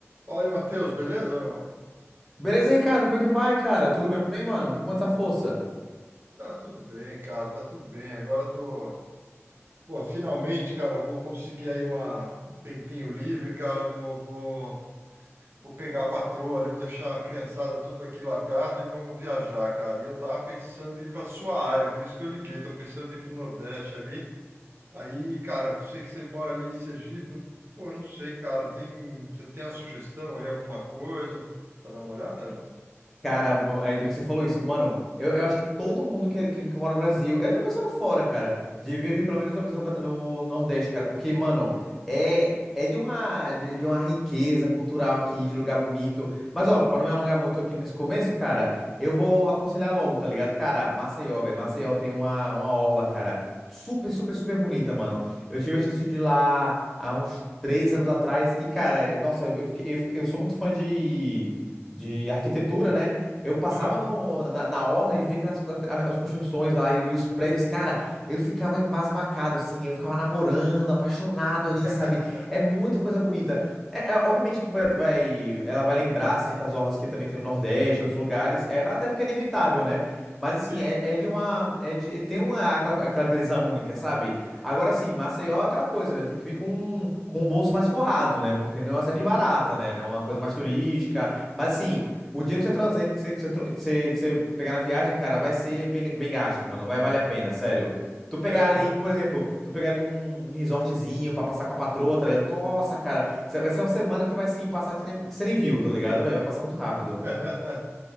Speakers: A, on the right; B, in the centre.
A: Fala aí, Matheus, beleza? ou Não?
B: Beleza, Ricardo? Como é que vai, cara? Tudo bem, mano? O que que manda essa força?
A: Tá tudo bem, cara, tá tudo bem. Agora tô, pô, finalmente, cara, vou conseguir aí uma, um tempinho livre, cara, vou, vou, vou pegar a patroa ali, vou deixar a criançada tudo aqui largada e vamos viajar, cara. E eu tava pensando em ir pra sua área, por isso que eu liguei, tô pensando em ir pro Nordeste ali. Aí, cara, sei que você mora ali em Sergipe, pô, eu não sei, cara, tem, você tem uma sugestão aí, alguma coisa, pra dar uma olhada, não?
B: Cara, o- ainda bem que você falou isso. Mano, eu, eu acho que todo mundo que, é, que, que mora no Brasil, e até o pessoal fora, cara, de viver pelo menos uma vez no, Bra- no Nordeste, cara. Porque, mano, é, é de uma, de, de uma riqueza cultural aqui, de lugar bonito. Mas, ó, pra não me alongar muito aqui nesse começo, cara, eu vou aconselhar logo, tá ligado? Cara, Maceió, velho. Maceió tem uma, uma orla, cara, super, super, super bonita, mano. Eu tive a chance de ir lá há uns três anos atrás, e, cara, eu- nossa, eu, eu, fiquei- eu, fiquei- eu sou muito fã de. De arquitetura, né? Eu passava
A: Aham.
B: no, na, na orla e via aquelas co- a- as construções lá e, e os prédios, cara, eu ficava embasbacado, assim, eu ficava namorando, apaixonado ali,
A: <laughs>
B: sabe? É muita coisa bonita. É, é, obviamente que vai, vai, ela vai lembrar certas orlas que também tem no Nordeste, em outros lugares, é, até porque é inevitável, né? Mas assim,
A: Sim,
B: é, é de uma, é de, tem uma, aquela, aquela beleza única, sabe? Agora sim, Maceió é aquela coisa, né? Tem que vir com, com o bolso mais forrado, né? Porque não é uma cidade barata, né? É uma coisa mais turística, mas assim. O dinheiro que você trazer, que você, que você, tro- que você, que você pegar na viagem, cara, vai ser bem, bem gasto, mano. Vai valer a pena, sério. Tu pegar
A: é,
B: ali,
A: né?
B: por exemplo, tu pegar ali um, um resortzinho pra passar com a patroa, tá ligado? Nossa, cara, cê- vai ser uma semana que vai, assim, passar que, você nem, que você nem viu, tá ligado, velho? Vai passar muito rápido.
A: <laughs>